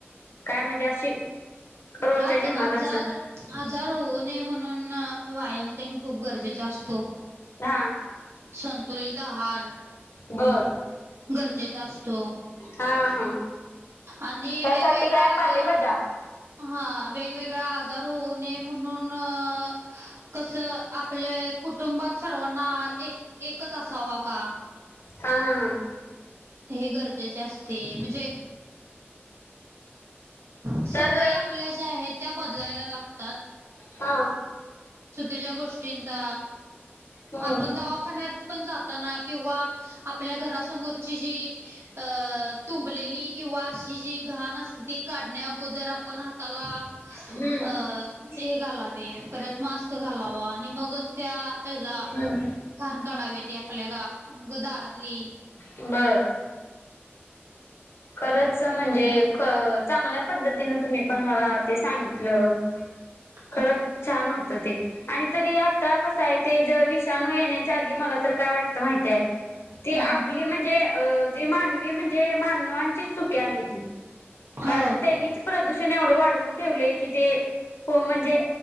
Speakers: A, on the left (about 65°); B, on the right (about 85°).
A: काय म्हणजे अशी... रोजच्या
B: मुळात
A: जीवनात
B: आजार
A: असं
B: आजार होऊ नये म्हणून... मग.... व्यायाम तेन खूप गरजेचा असतो.
A: हा.
B: संतुलित आहार
A: बर
B: गरजेचा असतो.
A: हा हा हा
B: आणि
A: त्यासाठी
B: वेगवेगळा
A: काय
B: आजार
A: पालेभाज्या
B: हा वेगवेगळा आजार होऊ नये म्हणून, अ कस आपले कुटुंबात सर्वांना आहार एक एकच असावा का?
A: हा हा हा.
B: हे गरजेचे असते म्हणजे, सवयी
A: तर
B: आपल्या ज्या आहेत. त्या बदलायला लागतात.
A: हा.
B: चुकीच्या गोष्टींचा
A: हम्म
B: आपण दवाखान्यात पण जाताना किंवा आपल्या घरासमोरची जी, अ तुंबलेली किंवा अशी जी घाण असते. ती काढण्या अगोदर आपण हाताला
A: हम्म
B: अ हे घालावे. परत मास्क घालावा आणि मगच त्या हेचा
A: हम्म
B: घाण काढावी ती आपल्या ग दारातली.
A: बरं. खरंच म्हणजे ख चांगल्या पद्धतीने तुम्ही पण मला ते सांगितलं.
B: <inaudible>
A: खरंच छान होतं ते. आणि तरी आता कसं आहे. ते ज विषाणू येण्याच्या आधी मला तर काय वाटतं माहीती आहे. ती
B: हा
A: आपली म्हणजे अ जी मानवी म्हणजे मानवांची चुकी आहे. कारण
B: होय.
A: त्यांनीच प्रदूषण एवढं वाढवून ठेवले की ते, हो, म्हणजे